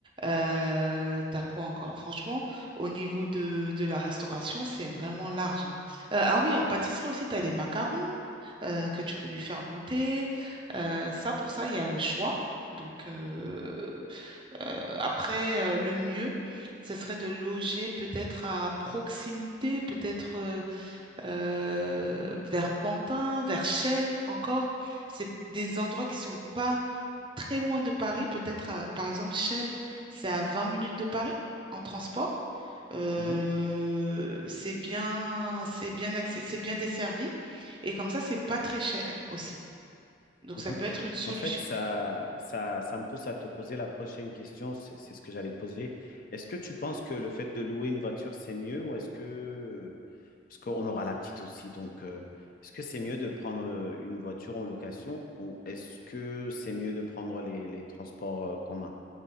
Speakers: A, on the right (about 25°); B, on the left (about 45°).
A: euh, tu as quoi encore? Franchement, au niveau de, de la restauration, c'est vraiment large. hein. Euh, ah oui, en pâtisserie aussi, tu as les macarons euh, que tu peux lui faire goûter. Euh, ça, pour ça, il y a le choix. Donc, euh, euh, après, euh, le mieux, ce serait de loger peut-être à proximité, peut-être euh, euh, vers Pantin, vers Chelles encore. C'est des endroits qui sont pas très loin de Paris. Peut-être, à- par exemple, Chelles, c'est à 20 minutes de Paris en transport. Euh,
B: mhm,
A: c'est bien, c'est bien accès, c'est bien desservi. Et comme ça, c'est pas très cher aussi. Donc
B: mhm.
A: ça peut être une solution.
B: En fait, ça, ça, ça me pousse à te poser la prochaine question. C'est c'est ce que j'allais te poser. Est-ce que tu penses que le fait de louer une voiture, c'est mieux ou est-ce que, parce qu'on aura la petite aussi, donc euh, est-ce que c'est mieux de prendre euh, une voiture en location ou est-ce que c'est mieux de prendre les, les transports euh, communs?